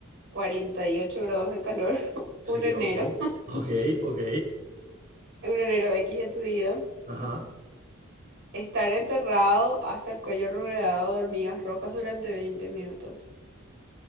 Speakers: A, on the right (about 55°); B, on the right (about 40°).
A: 48 grados de calor, <laughs>
B: Sí,
A: un enero,
B: ok, ok, ok.
A: <laughs> un enero X de tu vida.
B: Ajá.
A: Estar enterrado hasta el cuello rodeado de hormigas rojas durante 20 minutos.